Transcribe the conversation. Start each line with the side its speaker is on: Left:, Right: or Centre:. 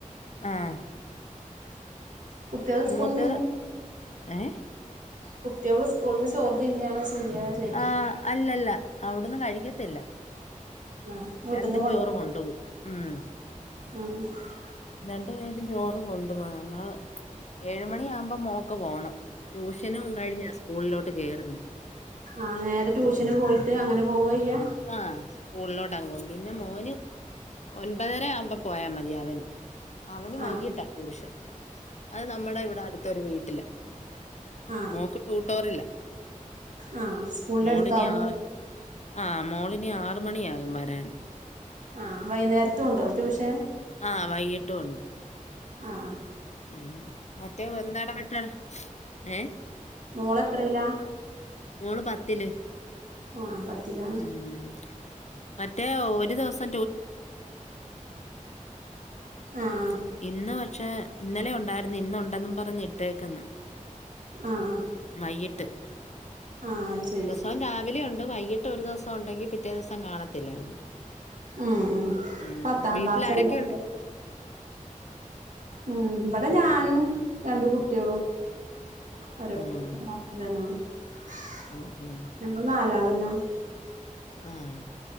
Left: ആഹ്
Right: കുട്ടികള് സ്കൂളിന്ന്
Left: മൂത്തത്ത്
Right: തിന്നാ
Left: ഏഹ്
Right: കുട്ട്യോള് സ്കൂൾന്ന് ചോർ തിന്നാണോ ചെയ്യാ ചോദിക്കാ
Left: ആഹ് അല്ലല്ല അവ്ട്ന്ന് കഴിക്കത്തില്ല
Right: ആഹ് വീട്ടിന്ന്
Left: രണ്ടും
Right: കൊണ്ടുവരോ
Left: ചോറ് കൊണ്ടു പോകും ഉം
Right: <unintelligible>
Left: രണ്ടു പേരും ചോറ് കൊണ്ടു പോണം നമ്മള് ഏഴുമണിയാകുമ്പോൾ മോൾക്ക് പോണം ട്യൂഷനും കഴിഞ്ഞ സ്കൂളിലോട്ട് കേറുന്നേ
Right: ആഹ് നേരെ ട്യൂഷന് പോയിട്ട് അങ്ങനെ പോവ ചെയ്യ
Left: ആഹ് സ്കൂളിലോട്ട് അങ്ങ് പോകും പിന്നെ മോന് ഒൻപതര ആവുമ്പോ പോയാൽ മതിയാവന് അവന് വൈകിട്ടാ
Right: ആ
Left: ട്യൂഷൻ അത് നമ്മുടെ ഇവിടെ അടുത്തൊരു വീട്ടില
Right: ആ
Left: മോൾ ട്യൂട്ടോറിയല്ല
Right: ആ സ്കൂളിന്റെ
Left: മോളിനി
Right: അടുത്താവൂലേ
Left: ആഹ് ആഹ് മോളിനി ആറു മണിയാകും വരാൻ
Right: ആഹ് വൈകുനേരത്തുണ്ടോ ട്യൂഷൻ
Left: ആഹ് വൈകിട്ടു ഉണ്ട്
Right: ആഹ് ആഹ്
Left: ഉം മറ്റേ ഒന്നിടാവിട്ടിട ഏഹ്
Right: മോൾ എത്രയില
Left: മോള് പത്തില്
Right: ആഹ് പത്തില്ല
Left: ഉം മറ്റേ ഒരു ദിവസം
Right: ആ
Left: <unintelligible>
Right: ആ
Left: ഇന്നലെ ഉണ്ടായിരുന്ന് ഇന്നുണ്ടെന്ന് പറഞ്ഞ് ഇട്ടേക്കുന്നു
Right: ആ ആ
Left: വൈകിട്ട്
Right: ആ അത് ശരി
Left: ദിവസം രാവിലെ ഉണ്ട് വൈകിട്ട് ഒരു ദിവസം ഉണ്ടെങ്കിൽ പിറ്റേ ദിവസം കാണത്തില്ലായിരുന്നു
Right: ഉം ഉം
Left: ഉം
Right: പത്താം
Left: വീട്ടിലാരൊക്കെയുണ്ട്
Right: ക്ലാസ്സല്ലേ അപ്പൊ ഉം ഇവിടെ ഞാനും രണ്ട് കുട്ടികളും ഒരു
Left: ഉം.
Right: <unintelligible>
Left: ഉം ഉം
Right: ഞങ്ങൾ നാലാൾ അന്നെയാണ്
Left: ആഹ്